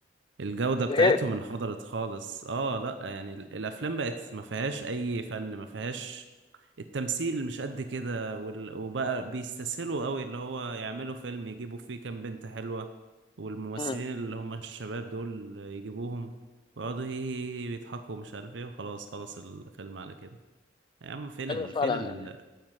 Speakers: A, on the right; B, on the left.
A: الجودة بتاعتهم
B: زهقت
A: انحدرت خالص اه لا يعني ال- الافلام بقت ما فيهاش اي فن ما فيهاش التمثيل مش قد كده وال... وبقى بيستسهلوا قوي اللي هو يعملوا فيلم يجيبوا فيه كام بنت حلوة والممثلين
B: امم
A: اللي هم الشباب دول يجيبوهم ويقعدوا هي هي هي يضحكوا مش عارف ايه وخلاص خلاص الفيلم على كده يا عم فين
B: ايوه
A: ال...
B: فعلا
A: فين ال...
B: يعني